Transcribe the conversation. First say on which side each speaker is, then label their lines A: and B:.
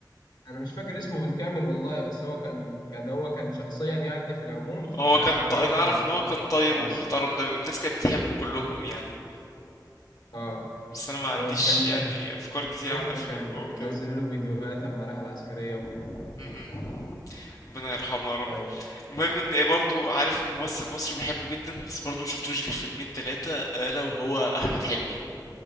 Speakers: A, on the left; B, on the left.
A: انا مش فاكر اسمه بالكامل والله بس هو كان كان هو كان شخصيا يعني في العموم في
B: هو
A: الحياة
B: كان
A: العملية
B: ط... انا
A: كان
B: اعرف ان هو كان طيب
A: كويس
B: ومحترم ده الناس كانت بتحبه كلهم يعني
A: اه
B: بس انا ما عنديش
A: آه، كان
B: يعني
A: <laughs>
B: افكار كتير
A: شفت
B: عن افلامه
A: كان
B: او كده
A: منزل له فيديوهات اما راح العسكرية وكده
B: مهم. ربنا يرحمه يا رب
A: طيب
B: المهم ان برضو عارف ممثل مصري بحبه جدا بس برضو مشفتلوش غير فيلمين تلاتة الا وهو احمد حلمي